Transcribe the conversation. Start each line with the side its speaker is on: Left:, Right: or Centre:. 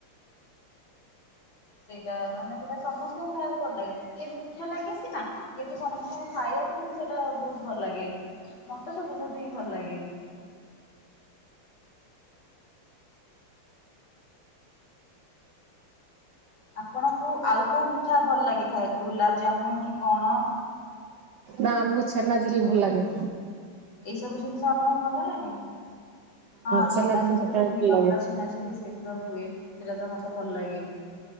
Left: ସେଇଟା ମାନେ ସେଇଟା ସମସ୍ତଙ୍କୁ ଖାଇବାକୁ ଭଲ ଲାଗେ ଟିକେ ମିଠା ଲାଗେ ସିନା କିନ୍ତୁ ସମସ୍ତଙ୍କୁ ଖାଇବାକୁ ବି ସେଇଟା ବହୁତ ଭଲ ଲାଗେ ମତେ ତ ବହୁତ ହିଁ ଭଲ ଲାଗେ ଆପଣଙ୍କୁ ଆଉ କୋଉ ମିଠା ଭଲ ଲାଗେ ଖାଇବାକୁ ଗୁଲାବଜାମୁନ କି କଣ?
Right: ନା ଆମକୁ ଛେନା ଝିଲି ଭଲ ଲାଗେ
Left: ଏଇ ସବୁ ଜିନିଷ ଆପଣଙ୍କୁ ଭଲ ଲାଗେ ହଁ
Right: ଛେନା
Left: ଚେନା
Right: ଝିଲି
Left: ଝିଲ୍
Right: ଟା
Left: ତ
Right: ଖାଇବାକୁ
Left: ସେରି ନିମାପଡ଼ା
Right: ଭଲ ଲାଗେ
Left: ଚେନା ଝୀଲ୍ ସହିତ ହୁଏ ସେଟା ତ ମତେ ଭଲ ଲାଗେ,